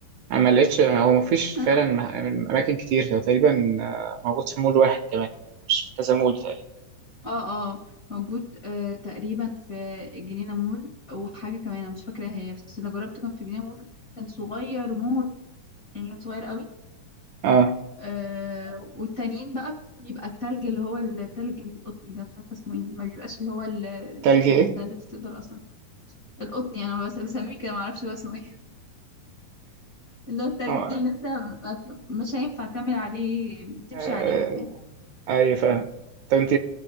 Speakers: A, on the right; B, on the left.
A: انا ما لقيتش هو ما فيش
B: انا
A: فعلا
B: كنت
A: م- من اماكن كتير هو تقريبا آه، موجود في مول واحد كمان مش في كذا مول تقريبا
B: اه اه موجود آه تقريبا في جنينه مول وحاجه كمان انا مش فاكره هي بس اللي جربته كان في جنينه مول كان صغير موت يعني كان صغير قوي
A: اه
B: آه والتانيين بقى بيبقى التلج اللي هو التلج القطني ده مش عارفه اسمه ايه ما بيبقاش اللي هو ال-
A: تلج
B: اسمه
A: ايه
B: مش ده اللي مش تقدر اصلا القطني انا بس بسميه كده ما اعرفش هو اسمه ايه اللي هو التلج
A: <laughs>
B: اللي انت ما- مش هينفع تعمل عليه تمشي
A: اه
B: عليه فاهم
A: اي فاهم طب انت